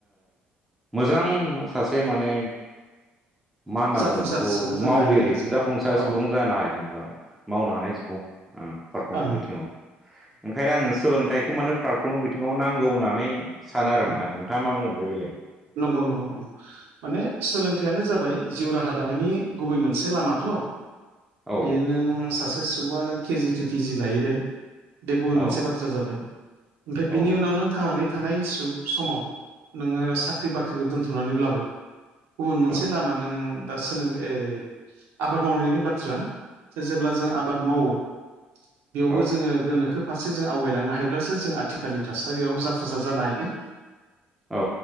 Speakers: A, in the centre; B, on the right (about 80°).
A: मोजां सासे माने मा होनना
B: जाफुंसार
A: बुङो नोंखौ
B: सुबुं जानो
A: मावगिरि
B: हायो आरो जों
A: जाफुंसार
B: औ
A: सुबुं जानो हागोन होनबा मावनो हानाय सुबुं ओ फारफ्रोमबो
B: औ
A: बिथिङाव ओंखायनो आङो सोलोंथाइखौ माने फारफ्रोमबो बिथिङाव नांगौ होननानै सानो आरो
B: ओं
A: नोंथां नोंथाङा मा बुंगोन बे बेलायाव?
B: नंगौ नंगौ माने सोलोंथाइयानो जाबाय जिउ राहा दानायनि गुबै मोनसे लामाथ'
A: औ
B: बियो नों सासे सुबआनो केजि टु केजि लाहैबाय। बे गुबुन
A: औ
B: मोनसे बाथ्रा जाबाय ओमफ्राय
A: औ
B: बिनि उनाव नों थांनानै थानाय समाव नोङो साख्रि
A: औ
B: बाख्रिखौ दोन्थ'नानैब्लाबो गुबुन मोनसे
A: औ
B: लामा नों दा सोलोंथ आबाद मावनायनि बाथ्रा जेब्ला जों आबाद मावो बेयावबो
A: औ
B: जोङो गोनोखो फारसे जों आवगायलांनो हायोब्लासो जों आथिखालनि थासारियाव जाफुंसार जानो हायो।
A: औ